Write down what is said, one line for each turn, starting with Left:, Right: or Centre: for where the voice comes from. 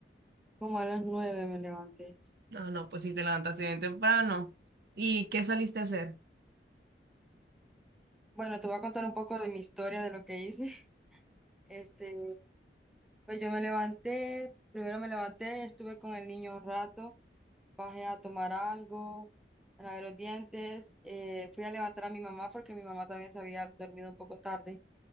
Centre: como a las nueve me levanté.
Right: No, no, pues sí, te levantaste bien temprano. ¿Y qué saliste a hacer?
Centre: Bueno, te voy a contar un poco de mi historia, de lo que hice. <laughs> Este, pues yo me levanté, primero me levanté, estuve con el niño un rato, bajé a tomar algo, me lavé los dientes, eh, fui a levantar a mi mamá porque mi mamá también se había dormido un poco tarde.